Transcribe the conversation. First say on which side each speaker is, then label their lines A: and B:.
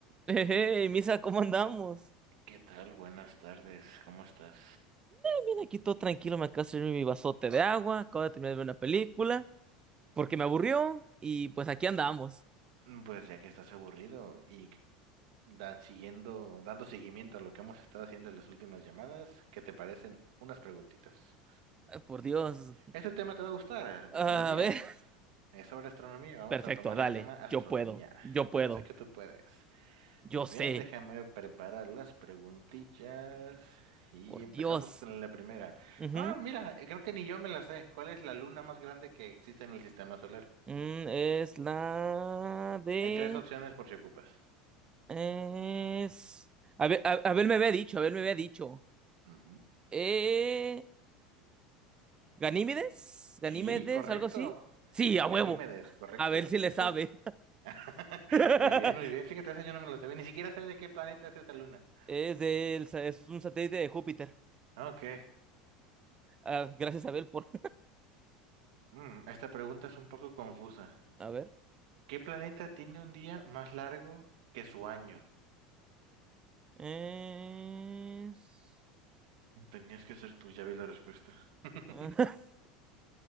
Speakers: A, on the right; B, on the right.
A: Hey, Misa, ¿cómo andamos?
B: ¿Qué tal? Buenas tardes, ¿cómo estás?
A: Bien, aquí todo tranquilo, me acabo de servir mi vasote de agua, acabo de terminar de ver una película, porque me aburrió, y pues aquí andamos.
B: Mm, Pues ya que estás aburrido y c- da- siguiendo, dando seguimiento a lo que hemos estado haciendo en las últimas llamadas, ¿qué te parecen unas preguntitas?
A: Ay, por Dios.
B: Este tema te va a gustar,
A: A
B: astronomía.
A: ver.
B: Es sobre astronomía, vamos
A: Perfecto,
B: a tomar
A: dale,
B: el tema astronomía.
A: yo puedo, yo puedo,
B: Yo sé que tú puedes.
A: yo
B: Muy
A: sé,
B: bien, déjame preparar las preguntillas y
A: por
B: empezamos
A: Dios.
B: con la primera.
A: Ujú.
B: Ah, mira, eh, creo que ni yo me la sé. ¿Cuál es la luna más grande que existe en el sistema solar?
A: Mm, es la de...
B: Hay tres opciones por si ocupas.
A: Es... A ver, a, Abel me había dicho, Abel me había dicho.
B: Ujú.
A: Eh... ¿Ganímedes? ¿Ganímedes?
B: Sí, correcto.
A: ¿Algo así? Sí, a
B: Ganímedes,
A: huevo.
B: correcto.
A: A ver si
B: Eso
A: le sabe.
B: es. <laughs>
A: <laughs>
B: Muy bien, muy bien. Fíjate, eso yo no me lo sabía. Ni siquiera sé de qué planeta es esa luna.
A: Es del, sa- es un satélite de Júpiter.
B: Ok.
A: Ah, gracias, Abel, por.
B: Mm, esta pregunta es un poco confusa.
A: <laughs> A ver.
B: ¿Qué planeta tiene un día más largo que su año?
A: Es-
B: Tenías que ser tú, ya vi la respuesta. <laughs>
A: <laughs>